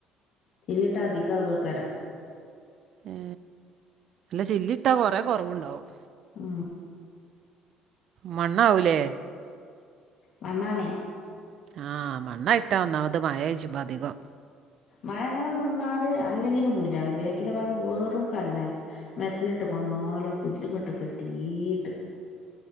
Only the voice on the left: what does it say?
ചില്ല്ട്ടാ അധികാവുഅയ്ക്കാരിം.
ആ
മണ്ണാണേ
മഴ ഇങ്ങനെ നിന്നാല് അല്ലെങ്കിലും പുല്ലാണ് ബേക്കില ഭാഗം വെറും കല്ലാണ് മെറ്റിലിട്ടു. ന്നാലും പുല്ല് ഇങ്ങട്ട് കെട്ടീട്ട്.